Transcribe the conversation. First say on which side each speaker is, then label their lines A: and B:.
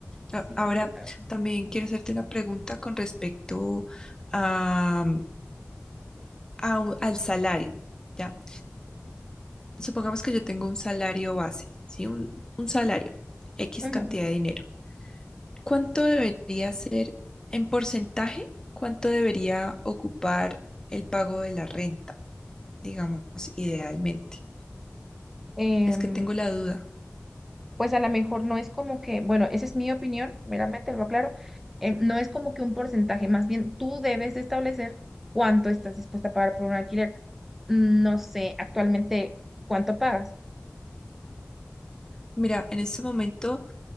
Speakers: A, in the centre; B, on the left (about 15°).
A: sí,
B: A- Ahora,
A: claro.
B: también quiero hacerte una pregunta con respecto a, a un- al salario, ¿ya? Supongamos que yo tengo un salario base, ¿sí? Un, un salario, X
A: Ujú.
B: cantidad de dinero. ¿Cuánto debería ser en porcentaje? ¿Cuánto debería ocupar el pago de la renta? Digamos, idealmente.
A: Em,
B: Es que tengo la duda.
A: pues a lo mejor no es como que, bueno, esa es mi opinión, meramente lo aclaro, em, no es como que un porcentaje, más bien tú debes de establecer cuánto estás dispuesta a pagar por un alquiler. No sé actualmente cuánto pagas.
B: Mira, en este momento